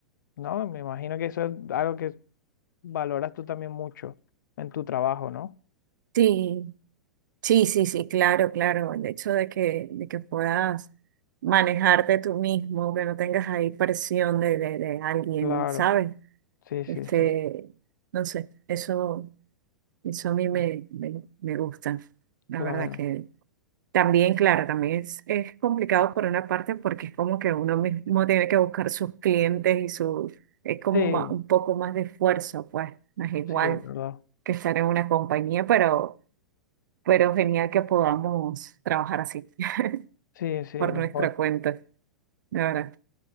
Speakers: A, on the left; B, on the right.
A: ¿no? Me imagino que eso es algo que valoras tú también mucho en tu trabajo, ¿no?
B: Sí, sí, sí, sí, claro, claro. El hecho de que, de que puedas manejarte tú mismo, que no tengas ahí presión de, de, de alguien,
A: Claro,
B: ¿sabes?
A: sí, sí,
B: Este,
A: sí, sí,
B: no sé, eso, eso a mí me, me, me gusta. La
A: claro.
B: verdad También, claro, también es, es complicado por una parte porque es como que uno mismo tiene que buscar sus clientes y su, es como
A: Sí,
B: ma- un poco más de esfuerzo, pues no es igual
A: sí, ¿verdad?
B: que estar en una compañía, pero, pero genial que podamos trabajar así
A: Sí,
B: <laughs>
A: sí,
B: por
A: mejor.
B: nuestra cuenta, de verdad.